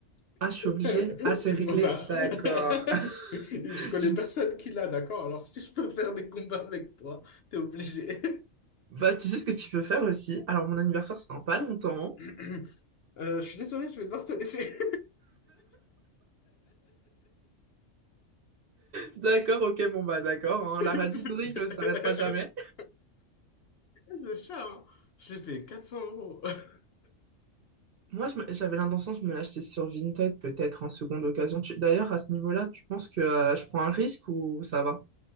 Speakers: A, on the right (about 55°); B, on the left (about 60°).
A: Ah, je suis obligée.
B: <laughs>
A: Ah, c'est
B: C'est
A: réglé.
B: trop tard.
A: D'accord.
B: <laughs>
A: <laughs>
B: Je connais
A: Je-
B: personne qui l'a, d'accord? Alors, si je peux faire des combats avec toi, t'es obligé.
A: Bah, tu sais ce que tu peux faire aussi. Alors, mon anniversaire, c'est dans pas longtemps.
B: <clears throat> Euh, je suis désolé, je vais devoir te laisser.
A: D'accord, ok, bon, bah, d'accord.
B: <laughs>
A: hein, La radinerie ne s'arrêtera jamais.
B: Ce chat, hein, je l'ai payé 400 euros. <laughs>
A: Moi, je me- j'avais l'intention de me l'acheter sur Vinted, peut-être en seconde occasion. Tu- D'ailleurs, à ce niveau-là, tu penses que euh, je prends un risque ou ça va?